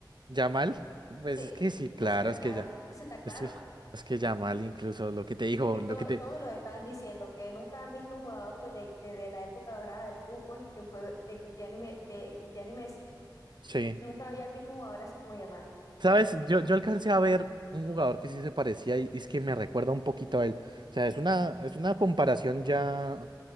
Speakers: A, on the right; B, on the left.
A: ya mal? Pues
B: Sí,
A: es que sí, claro,
B: eso está
A: es
B: claro,
A: que ya.
B: eso está claro.
A: Es que, es que ya mal incluso lo que te dijo,
B: Es que to-
A: lo que te...
B: todos lo están diciendo, que nunca han visto un jugador desde, desde la época dorada del fútbol, que fue de Cristiano y, Me- de Cristiano y Messi.
A: Sí.
B: Nunca habían visto un jugador así como Yamal.
A: ¿Sabes? Yo, yo alcancé a ver un jugador que sí se parecía y, y es que me recuerda un poquito a él. O sea, es una, es una comparación ya.